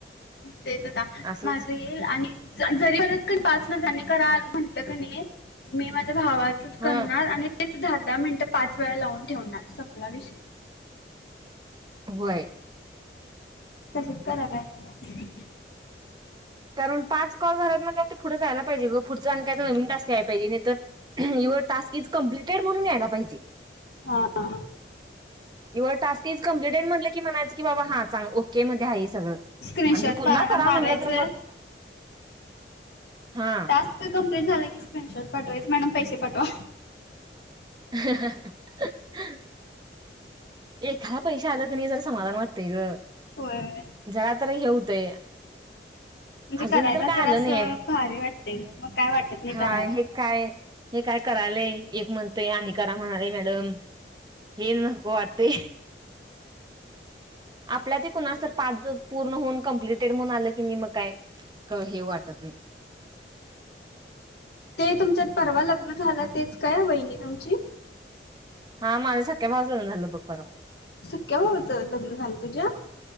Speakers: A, on the left; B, on the right.
A: तेच आता
B: असंच
A: माझं येईल आणि जरी परत कनी पाच नंतर आणि करा आल म्हटल. म्हटलं कनी मी माझ्या भावाचच
B: हा
A: करणार आणि तेच दहा दहा मिनिटं पाच वेळा लावून ठेवणार सपला विषय
B: व्हय.
A: तसेच कराय पाहिजे आता
B: कारण पाच कॉल झाल्यात म्हटल्यावर ते पुढं जायला पाहिजे, ग पुढच आणि काय तरी नवीन टास्क यायला पाहिजे, नाही तर युअर टास्क इज कंप्लिटेड म्हणून यायला पाहिजे.
A: हा आ.
B: युवर टास्क तीज कम्प्लीटेड म्हटल की म्हणायचं की बाबा हा चांग ओके मध्ये आहे सगळं
A: स्क्रीनशॉट
B: आणि जर पुन्हा
A: पा-
B: करा
A: मारायचं
B: म्हणलं तर मग हा
A: टास्क कंप झालं की स्क्रीनशॉट पाठवायच मॅडम पैसे पाठवा
B: ह एखादा पैसे आलं की नाही जरा समाधान वाटतय ग
A: होय होय
B: जरा तर हे होतय
A: म्हणजे
B: अजून
A: करायला
B: तर काय
A: जरा
B: आलं
A: असं
B: नाहीय
A: भारी वाटते ग मग काय वाटत नाही
B: हा
A: करायला
B: हे काय हे काय करायलय एक म्हणतय आणि करा म्हणालेय मॅडम हे नको वाट ह आपल्या ते कुणासर पाच पूर्ण होऊन कंप्लिटेड म्हणून आलं की नाही मग काय हे वाटत नाही
A: ते तुमच्यात परवा लग झाल तेच काय वहिणी तुमची
B: हा माझ्या सख्या भावाच झालं बघ परवा
A: सक्या बाबाच लग्न झालं तुझ्या